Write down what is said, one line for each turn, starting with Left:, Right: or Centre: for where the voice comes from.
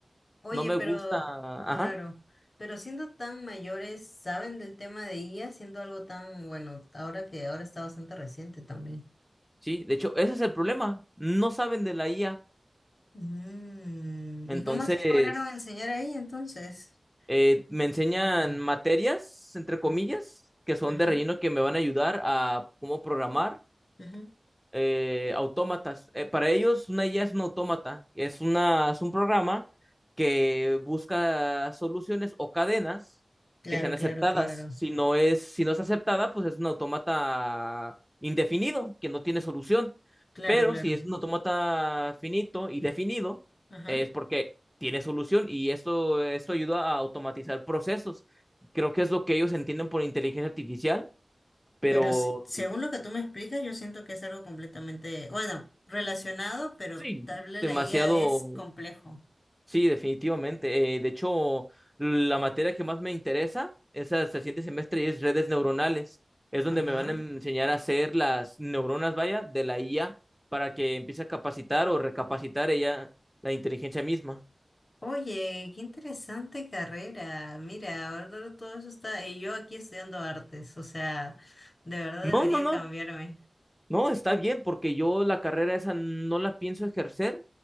Left: Oye,
Centre: No me
Left: pero
Centre: gusta. Ajá.
Left: claro, pero siendo tan mayores, ¿saben del tema de IA? Siendo algo tan, bueno, ahora que ahora está bastante reciente también.
Centre: Sí, de hecho, ese es el problema. No saben de la IA.
Left: Mm,
Centre: Entonces,
Left: ¿y cómo así lograron enseñar ahí entonces?
Centre: eh, me enseñan
Left: Qué loco.
Centre: materias, entre
Left: Ajá,
Centre: comillas, que son
Left: ajá,
Centre: de relleno que me van a ayudar a cómo programar
Left: ujú.
Centre: eh, autómatas. Eh, para ellos, una IA es un autómata, es una, es un programa que busca soluciones o cadenas
Left: Claro,
Centre: que sean
Left: claro,
Centre: aceptadas.
Left: claro.
Centre: Si no es, si no es aceptada, pues es un autómata indefinido, que no tiene solución.
Left: Claro,
Centre: Pero
Left: claro.
Centre: si es un autómata finito y definido,
Left: Ajá.
Centre: es porque tiene solución y esto, esto ayuda a automatizar procesos. Creo que es lo que ellos entienden por inteligencia artificial, pero
Left: Pero s- según lo que tú me explicas, yo siento que es algo completamente, bueno, relacionado, pero
Centre: sí,
Left: tal vez
Centre: demasiado
Left: la IA es complejo.
Centre: Sí, definitivamente. Eh, de hecho, la materia que más me interesa es hasta el siguiente semestre y es redes neuronales. Es donde
Left: Ajá.
Centre: me van a enseñar a hacer las neuronas, vaya, de la IA para que empiece a capacitar o recapacitar ella la inteligencia misma.
Left: Oye, qué interesante carrera. Mira, ahora todo todo eso está. Y yo aquí estudiando artes, o sea, de verdad
Centre: No,
Left: debería
Centre: no, no.
Left: cambiarme.
Centre: No, está bien porque yo la carrera esa no la pienso ejercer